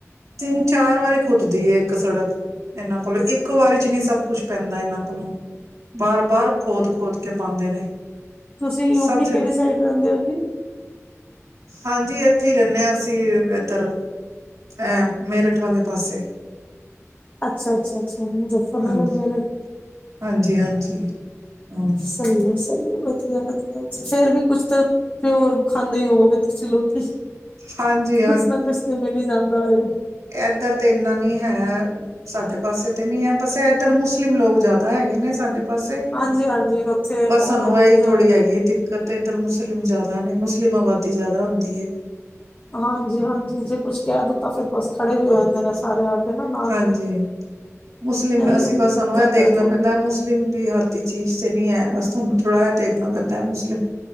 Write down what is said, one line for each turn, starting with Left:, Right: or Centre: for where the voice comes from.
Right: ਤਿੰਨ- ਚਾਰ ਵਾਰੀ ਖੁੱਦਦੀ ਏ ਇੱਕ ਸੜਕ। ਇਹਨਾਂ ਕੋਲੋਂ ਇੱਕ ਵਾਰੀ ਚ ਨੀ ਸਭ ਕੁਛ ਪੈਂਦਾ ਇਹਨਾਂ ਕੋਲੋਂ। ਬਾਰ- ਬਾਰ, ਖੋਦ- ਖੋਦ ਕੇ ਪਾਉਦੇ ਨੇ
Left: ਤੁਸੀਂ ਯੂਪੀ
Right: ਸਬ
Left: ਕਿਹੜੀ
Right: ਜਗਾ
Left: ਸਾਈਡ ਰਹਿੰਦੇ ਹੋ ਜੀ?
Right: ਹਾਂਜੀ, ਇੱਥੇ ਹੀ ਰਹਿੰਨੇ ਹਾਂ ਅਸੀਂ ਇੱਧਰ। ਅਹ ਮੇਰਠ ਵਾਲੇ ਪਾਸੇ।
Left: ਅੱਛਾ- ਅੱਛਾ -ਅੱਛਾ, ਮੁਜੱਫਰਨਗਰ
Right: ਹਾਂਜੀ
Left: ਮੇਰਟ।
Right: ਹਾਂਜੀ -ਹਾਂਜੀ। ਹਮ
Left: ਸਹੀ ਹੈ ਸਹੀ ਹੈ ਵਧੀਆ ਵਧੀਆ ਉੱਥੇ ਫੇਰ ਵੀ ਕੁਛ ਤੇ। ਤੇ ਹੋਰ ਖਾਂਦੇ ਹੋਵਗੇ ਤੁਸੀਂ ਲੋਕੀ,,,,,,
Right: ਹਾਂਜੀ
Left: ਕੁਛ ਨਾ ਕੁਛ ਤੇ ਮਿਲ ਹੀ ਜਾਂਦਾ ਹੋਵੇਗਾ।
Right: ਇਧਰ ਤੇ ਇੰਨਾ ਨਹੀ ਹੈ। ਸਾਡੇ ਪਾਸੇ ਤੇ ਨੀ ਹੈ ਬਸ ਇੱਧਰ ਮੁਸਲਿਮ ਲੋਕ ਜ਼ਿਆਦਾ ਹੈਗੇ ਨੇ ਸਾਡੇ। ਪਾਸੇ
Left: ਹਾਂਜੀ ਹਾਂਜੀ ਉੱਥੇ
Right: ਬਸ
Left: ਉਹ
Right: ਸਾਨੂੰ
Left: ਲੋਕਾਂ
Right: ਇਹੀ ਥੋੜ੍ਹੀ ਹੈਗੀ ਦਿੱਕ ਕ ਤੇ ਇੱਧਰ ਮੁਸਲਿਮ ਜਿਆਦਾ ਨੇ ਮੁਸਲਿਮ ਆਬਾਦੀ ਜ਼ਿਆਦਾ ਹੁੰਦੀ ਏ,
Left: ਹਾਂਜੀ ਹਾਂਜੀ ਜੇ ਕੁੱਛ ਕਹਿ ਦੋ ਤਾਂ ਫੇਰ ਬਸ ਖੜੇ ਵੀ ਹੋ ਜਾਂਦੇ ਨੇ ਸਾਰੇ ਆ ਕੇ। ਨਾ ਨਾਲ
Right: ਹਾਂਜੀ, ਮੁਸਲਿਮ,
Left: ਇਹ
Right: ਅਸੀ
Left: ਦਿੱਕਤ
Right: ਬਸ ਸਾਨੂੰ ਇਹ ਦੇਖਣਾ
Left: ਹੈ ਥੋੜੀ
Right: ਪੈਂਦਾ ਮੁਸ ਮੁਸਲਿਮ ਦੀ ਹੱਥ ਦੀ ਚੀਜ਼ ਤੇ ਨਹੀਂ ਹੈ, ਬਸ ਸਾਨੂੰ ਥੋੜ੍ਹਾ ਇਹ ਦੇਖਣਾ ਪੈਂਦਾ ਹੈ। ਮੁਸਲਿਮ